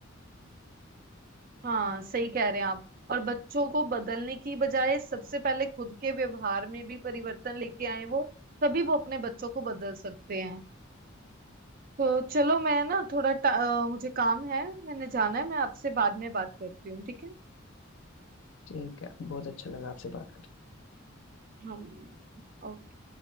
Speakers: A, on the right; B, on the left.
A: हाँ सही कह रहे हैं आप और बच्चों को बदलने की बजाय सबसे पहले खुद के व्यवहार में भी परिवर्तन लेके आए वो तभी वो अपने बच्चों को बदल सकते हैं तो चलो मैं ना थोड़ा टा- अ, मुझे काम है मैंने जाना है मैं आपसे बाद में बात करती हूँ ठीक है
B: ठीक है बहुत अच्छा लगा आपसे बात करके
A: हम ओके।